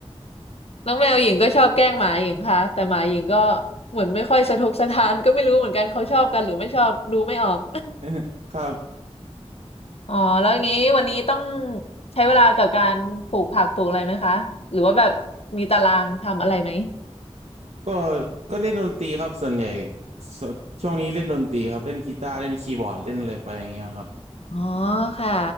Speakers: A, on the left; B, on the right.
A: น้องแมวหญิงก็ชอบแกล้งหมาหญิงค่ะแต่หมาหญิงก็เหมือนไม่ค่อยสะทกสะท้านก็ไม่รู้เหมือนกันเขาชอบกันหรือไม่ชอบดูไม่ออก
B: <laughs> ครับ
A: <laughs> อ๋อแล้วงี้วันนี้ต้องใช้เวลากับการปลูกผักปลูกอะไรไหมคะหรือว่าแบบมีตารางทำอะไรไหม
B: ก็ก็เล่นดนตรีครับส่วนใหญ่สช่วงนี้เล่นดนตรีครับเล่นกีตาร์เล่นคีย์บอร์ดเล่นอะไรไปอย่างเงี้ยครับ
A: อ๋อค่ะ